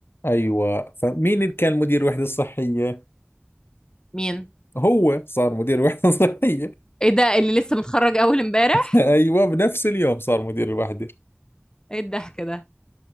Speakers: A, on the left; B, on the left.
A: ايوه فمين اللي كان مدير الوحده الصحيه
B: مين؟
A: هو صار مدير الوحده الصحيه
B: ايه ده اللي لسه متخرج أول امبارح؟
A: <laughs> ايوه بنفس اليوم صار مدير الوحده
B: ايه الضحك ده؟